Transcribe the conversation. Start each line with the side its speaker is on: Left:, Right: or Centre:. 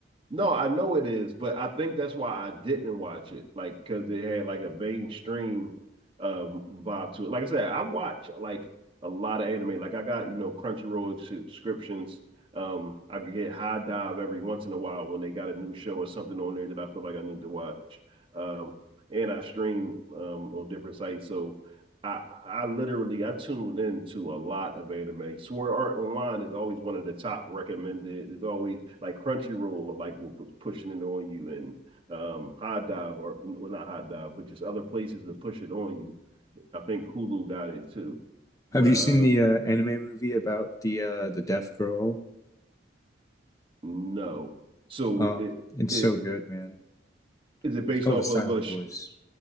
Right: No, I know it is, but I think that's why I didn't watch it. Like, because it had like a mainstream um vibe to it. Like I said, I watch like a lot of anime. Like I got, you know, Crunchyroll subscriptions. Um, I could get High Dive every once in a while when they got a new show or something on there that I feel like I need to watch. Um, and I stream um on different sites. So I, I literally I tuned into a lot of anime. Sword Art Online is always one of the top recommended. It's always like Crunchyroll or like will pu- pushing it on you and um Hot Dive or well not Hot Dive but just other places to push it on you. I think Hulu got it too,
Left: Have
Right: but
Left: you seen
Right: uh
Left: the uh, anime movie about the uh, the deaf girl?
Right: no. So
Left: Uh,
Right: it
Left: it's
Right: it
Left: so good, man.
Right: is it based
Left: It's called
Right: off
Left: The Silent
Right: of a sh
Left: Voice.